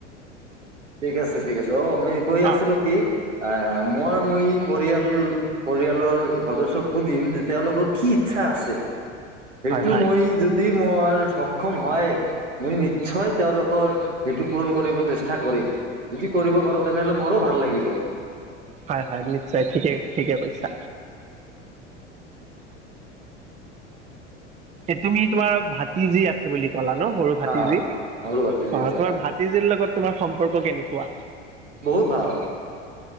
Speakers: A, on the right (about 80°); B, on the right (about 20°).
A: ঠিক আছে ঠিক আছে, অ মই কৈ
B: অ'
A: আছিলোঁ কি আ মৰ মই পৰিয়াল পৰিয়ালৰ সদস্যকো সুধিম যে তেওঁলোকৰ কি ইচ্ছা আছে। সেইটো
B: হয় হয়
A: মই যদি মৰ সক্ষম হয় মই নিশ্চয়, তেওঁলোকৰ সেইটো পূৰণ কৰিব চেষ্টা কৰিম। যদি কৰিব পাৰো তেনেহলে মোৰো ভাল লাগিব।
B: হয় হয় নিশ্চয় ঠিকে ঠিকে কৈছা। তুমি তোমাৰ ভাতিজী আছে বুলি কলা ন, সৰু ভাতিজী।
A: হা মোৰো ভাতিজি
B: অ
A: আছে
B: তোমাৰ
A: হয়
B: ভাতিজীৰ লগত তোমাৰ সম্পৰ্ক কেনেকুৱা?
A: বহুত ভাল।